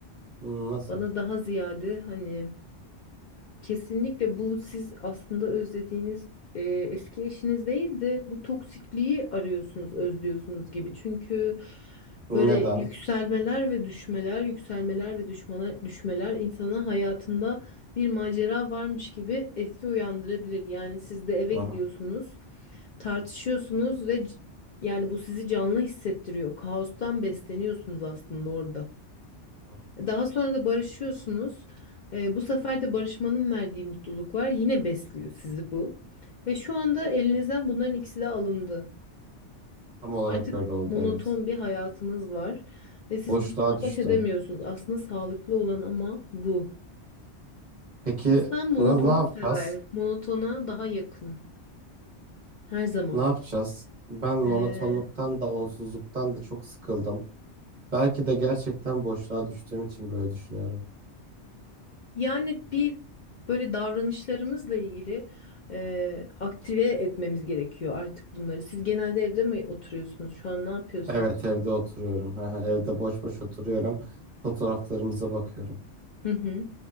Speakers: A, on the right; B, on the left.
A: Hı, Nasıl?
B: Bana daha ziyade hani Kesinlikle bu siz aslında özlediğiniz e, eski eşiniz değil de bu toksikliği arıyorsunuz, özlüyorsunuz gibi. Çünkü
A: Neden?
B: böyle yükselmeler ve düşmeler, yükselmeler ve düşmeler, düşmeler insana hayatında bir macera varmış gibi etki uyandırabilir. Yani siz de eve
A: Hı
B: gidiyorsunuz,
A: hı.
B: tartışıyorsunuz
A: Hı hı.
B: ve c- yani bu sizi canlı hissettiriyor. Kaostan besleniyorsunuz aslında orada.
A: Hı.
B: Daha sonra da barışıyorsunuz. Ee, bu sefer de barışmanın verdiği mutluluk var. Yine besliyor sizi bu. Ve şu anda elinizden bunların ikisi de alındı.
A: Tam olarak
B: Artık
A: öyle oldu
B: monoton
A: evet.
B: bir hayatınız var. Ve siz
A: Boşluğa
B: bununla
A: düştüm.
B: baş edemiyorsunuz. Aslında sağlıklı olan ama bu.
A: Peki
B: İnsan monotonu
A: na- ne yapacağız?
B: sever. Monotona daha yakın. Her zaman.
A: Ne yapacağız? Ben monotonluktan
B: Ee,
A: da onsuzluktan da çok sıkıldım. Belki de gerçekten boşluğa düştüğüm için böyle düşünüyorum.
B: Yani bir böyle davranışlarımızla ilgili eee, aktive etmemiz gerekiyor artık bunları. Siz genelde evde mi oturuyorsunuz? Şu an ne yapıyorsunuz?
A: Evet evde oturuyorum. <laughs> Evde boş boş oturuyorum. Fotoğraflarımıza bakıyorum.
B: Hı hı.